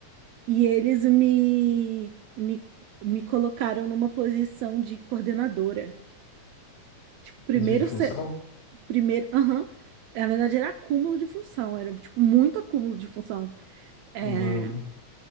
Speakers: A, on the right (about 75°); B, on the left (about 80°).
A: E eles me, me, me colocaram numa posição de coordenadora. Tipo, primeiro,
B: Desvio de função?
A: se- primeiro, aham, na verdade era acúmulo de função, era tipo muito acúmulo de função. É,
B: Mano,